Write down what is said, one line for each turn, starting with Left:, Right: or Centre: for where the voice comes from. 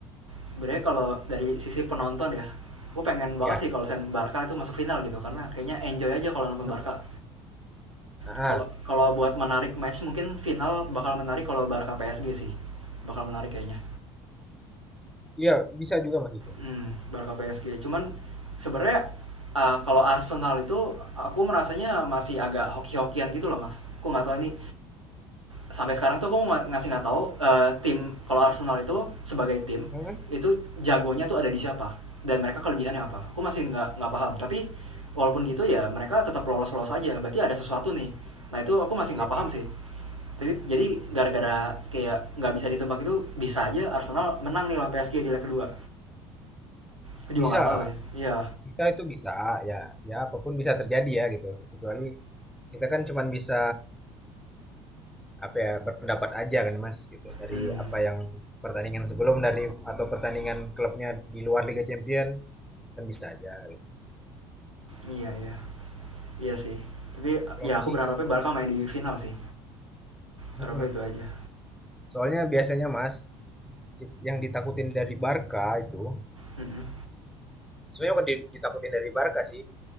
Right: Sebenarnya kalau dari sisi penonton ya, gue pengen banget
Centre: Ya.
Right: sih kalau Sen Barca itu masuk final gitu karena kayaknya enjoy aja kalau nonton
Centre: Hmm.
Right: Barca.
Centre: Ah,
Right: Kalau
Centre: ah.
Right: kalau buat menarik match mungkin final bakal menarik kalau Barca PSG sih. Bakal menarik kayaknya.
Centre: Iya bisa juga mas itu.
Right: Hmm, Barca PSG. Cuman sebenarnya uh, kalau Arsenal itu aku merasanya masih agak hoki-hokian gitu loh mas. Aku nggak tahu ini sampai sekarang tuh aku nggak- ngasih nggak tahu uh, tim kalau Arsenal itu sebagai tim
Centre: Hmm.
Right: itu jagonya tuh ada di siapa dan mereka kelebihannya apa. Aku masih nggak nggak paham. Tapi walaupun gitu ya mereka tetap lolos-lolos aja. Berarti ada sesuatu nih. Nah itu aku masih
Centre: Ya
Right: nggak paham sih. Tapi jadi gara-gara kayak nggak bisa ditebak itu bisa aja Arsenal menang nih lawan PSG di leg kedua. Aku juga
Centre: bisa.
Right: nggak tahu sih. Iya.
Centre: kita itu bisa ya ya apapun bisa terjadi ya gitu kecuali kita kan cuman bisa apa ya berpendapat aja kan Mas gitu dari
Right: Hmm,
Centre: apa yang pertandingan sebelum dari atau pertandingan klubnya di luar Liga Champion kan bisa aja gitu.
Right: iya iya iya sih. Tapi
Centre: Kalau
Right: ya
Centre: aku
Right: aku
Centre: sih
Right: berharapnya Barca main di final sih. Harapnya
Centre: mm-mm.
Right: itu aja.
Centre: Soalnya biasanya Mas ki- yang ditakutin dari Barca itu
Right: Mm-mm.
Centre: sebenarnya bukan di- ditakutin dari Barca sih